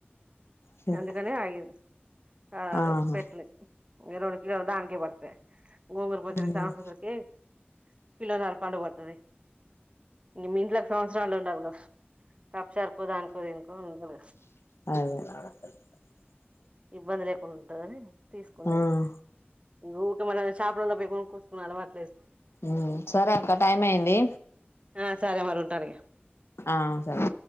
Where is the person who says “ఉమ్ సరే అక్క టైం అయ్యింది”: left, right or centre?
Left